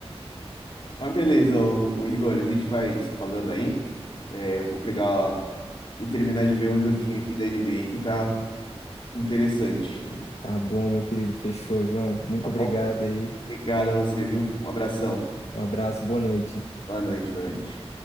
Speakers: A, on the left; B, on the left.
A: Mas beleza, o, Igor, a gente vai se falando aí. É, eu vou pegar e terminar de ver o joguinho aqui da NBA que tá Interessante.
B: Tá bom, meu querido. Fechou, João. Muito
A: Tá bom?
B: obrigado aí.
A: Obrigado a você, viu? Um abração.
B: Um abraço, boa noite.
A: Boa noite, boa noite.